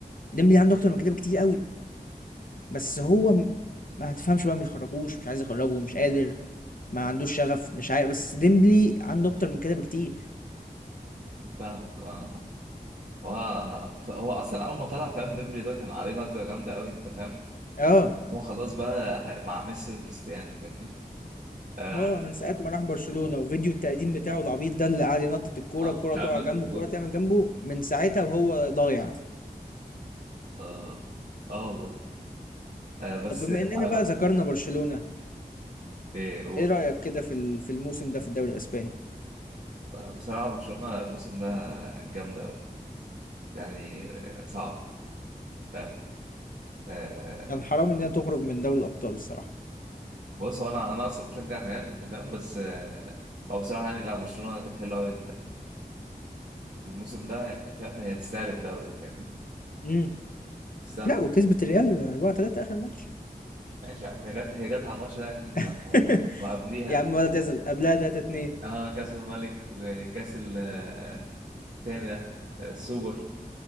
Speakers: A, on the left; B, on the right.
A: ديمبلي عنده اكتر من كده بكتير قوي بس هو م- ما هتفهمش بقى ما بيخرجوش مش عايز يخرجه مش قادر ما عندوش شغف مش عارف بس ديمبلي عنده اكتر من كده بكتير
B: فاهمك اه هو هو اصلا اول ما طلع فاهم ديمبلي ده كان عليه ضجه جامده قوي انت فاهم
A: اه
B: هو خلاص بقى مع ميسي وكريستيانو فاهمني اه
A: هو من ساعة ما راح برشلونة وفيديو التقديم بتاعه العبيط ده اللي قاعد ينطط الكورة
B: آه،
A: الكورة
B: مش عارف
A: تقع
B: اخد
A: جنبه
B: الكوره
A: الكورة تعمل جنبه من ساعتها وهو ضايع
B: اه اه والله آه بس
A: طب بما اننا
B: انا
A: بقى ذكرنا برشلونة
B: ايه قول
A: ايه رأيك كده في ال- في الموسم ده في الدوري الاسباني
B: بصراحه برشلونه الموسم ده جامده قوي يعني آه، صعب فاهم آه
A: كان حرام انها تخرج من دوري الابطال الصراحة
B: بص هو انا انا اصلا بشجع الريال انت فاهم بس آه هو بصراحه يعني لا برشلونه كانت حلوه قوي الموسم ده يعني فاهم هي تستاهل الدوري فاهمني
A: امم
B: تستاهل
A: لا وكسبت الريال 4 3 اخر ماتش
B: ماشي يا عم هي جت هي جت على الماتش ده يعني ما-
A: <laughs>
B: وقبليها
A: يا عم ولا تزل قبلها 3 2
B: اه كاس الملك وكاس ال- آه، الثاني ده آه، السوبر